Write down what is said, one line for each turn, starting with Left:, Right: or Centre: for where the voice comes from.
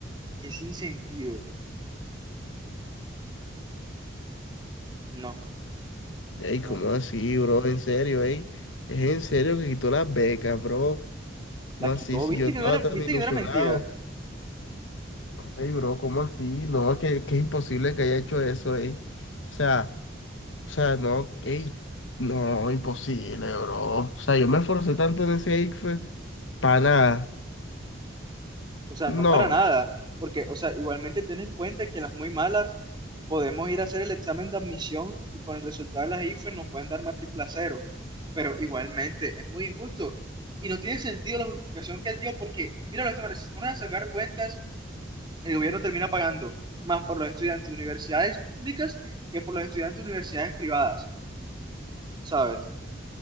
Right: Qué sin sentido. No,
Left: Ey,
Right: no,
Left: ¿cómo
Right: no,
Left: así,
Right: no.
Left: bro? En serio, ey. Es en serio que quitó las becas, bro. ¿Cómo
Right: Las
Left: así?
Right: quitó,
Left: Si
Right: ¿viste
Left: yo estaba
Right: que no era,
Left: tan
Right: viste
Left: ilusionado.
Right: que no era mentira?
Left: Ey, bro, ¿cómo así? No, es que, que es imposible que haya hecho eso, ey. O sea, o sea, no, ey. No, imposible, bro. O sea, yo me esforcé tanto en ese ICFES para nada.
Right: O sea, no para
Left: No.
Right: nada, porque, o sea, igualmente ten en cuenta que las muy malas podemos ir a hacer el examen de admisión y con el resultado de las IFES nos pueden dar matrícula cero, pero igualmente es muy injusto y no tiene sentido la justificación que él dio porque, mira, Lázaro, si se ponen a sacar cuentas, el gobierno termina pagando más por los estudiantes de universidades públicas que por los estudiantes de universidades privadas, ¿sabes? Si